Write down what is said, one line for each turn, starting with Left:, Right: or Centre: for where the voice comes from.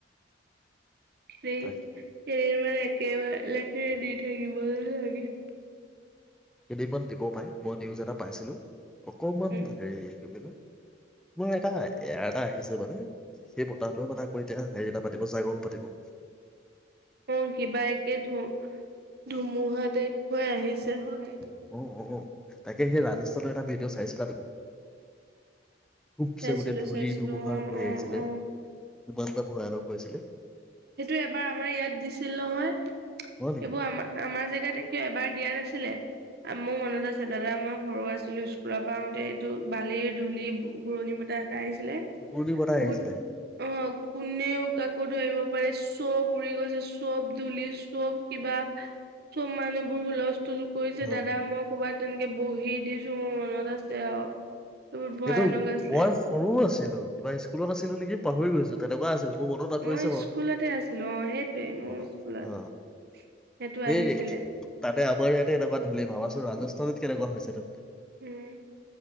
Right: খেলি
Centre: তাকে
Right: খেৰি মান একেবাৰে লেঠ দি থাকিব চাগে
Centre: কেইদিবন মান দিব পাৰে মই নিউজ এটা পাইছিলোঁ অকণমান
Right: উম
Centre: হেৰি কি বুলি কয় কোন এটা এয়াট তাই আহিছো বাৰু সেই বটাঁহটোৱে মানে মই এতিয়া হেৰি এটা পাতি জাগল পাব
Right: অ কিবা একে ধু ধুমুহাতে হৈ আহিছে হয়
Centre: উম উম তাকে সেই ৰাজস্থানলৈ
Right: উম
Centre: এটা ভিডিঅ' চাইছিলা তুমি খুবচে
Right: চাইছিলো
Centre: গোটেই ধূলি
Right: চাইছিলো
Centre: ধুমুহা
Right: অ
Centre: কৰি
Right: অ
Centre: আহিছিলে
Right: অ
Centre: ইমান এটা ভয়ানক হৈছিলে
Right: সেইটো এবাৰ আমাৰ ইয়াত দিছিল নহয়
Centre: হয় নেকি
Right: এইবোৰ আম আমাৰ জেগাতে এতিয়া এবাৰ দিয়া নাছিল ছিলে মোৰ মনত আছে দাদা মই সৰু আছিলো স্কুলৰ পৰাওতে এইটো বালিৰ ধূলি ঘূৰণি বতাহ আহিছিলে
Centre: ঘূৰ্ণি বতাহ আহিছিলে
Right: গু অ কোনেও কাকো ধৰিব পাৰে চব উৰি গৈছে চব ধুলি চব কিবা চব মানুহবোৰ হুলস্থ তুল কৰিছে
Centre: হয়
Right: দাদা
Centre: হয়
Right: মই ক'বাত তেনেকে বহি দিছো মোৰ মনত আছে আৰু বহুত ভয়ানক
Centre: সেইটো
Right: আছিলে
Centre: বয় মোৰু আছে ছিল কিবা স্কুলত আছিলো নেকি পাহৰি গৈছো তেনেকুৱা আছিলে মোৰ মনত পৰিছে
Right: মই
Centre: বাৰু
Right: স্কুলতে আছিলো অ সেইটোৱে মোৰ
Centre: অ
Right: স্কুলত
Centre: অ
Right: সেইটো
Centre: সেই
Right: আহিছিলে
Centre: তাতে আমাৰ ইয়াতে এনেকুৱা ধূলি ভাবাচোন ৰাজস্থানত কেনেকুৱা হৈছে তাতে
Right: উম